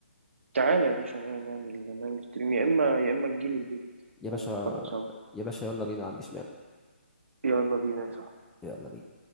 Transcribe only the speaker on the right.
تعالى يا باشا نعمل نعمل نعمل ستريم يا اما يا اما تجيلي البيت
نتفرج
سوا
يلا بينا يا صاحبي